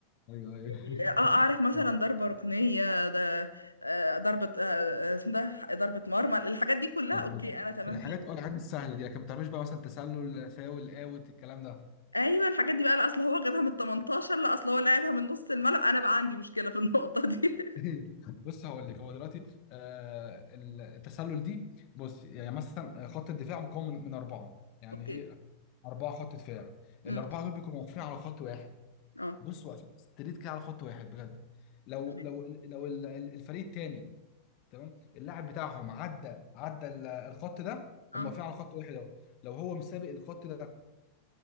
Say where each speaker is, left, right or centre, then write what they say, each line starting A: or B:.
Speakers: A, on the left (about 40°); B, on the left (about 80°).
A: ايوه ايوه
B: اه
A: <laughs>
B: آه، اعرف مثلا ضربه ركنيه ده آه، ضربه آه، آه، اسمه ده ضربه مرمى الحاجات دي كلها
A: برضه
B: اوكي انا تمام
A: الحاجات
B: فيها
A: اه الحاجات السهله دي لكن ما تعرفيش بقى مثلا تسلل فاول اوت الكلام ده
B: ايوه الحاجات دي بقى لا اصل هو جابها من 18 لا اصل هو لعبها من نص الملعب انا بقى عندي مشكله في النقطه دي
A: <laughs> بص هقول لك هو دلوقتي آه التسلل دي بص يعني مثلا خط الدفاع مكون من من اربعه يعني
B: <laughs> اوكي
A: ايه اربعه خط دفاع الاربعه
B: امم
A: دول بيكونوا واقفين على خط واحد
B: اه
A: بص واقفين ستريت كده على خط واحد بجد لو
B: تمام.
A: لو لو ال- ال- الفريق التاني تمام اللاعب بتاعهم عدى عدى ال- الخط ده
B: اه
A: هم واقفين على خط واحد اهو لو هو مسابق الخط ده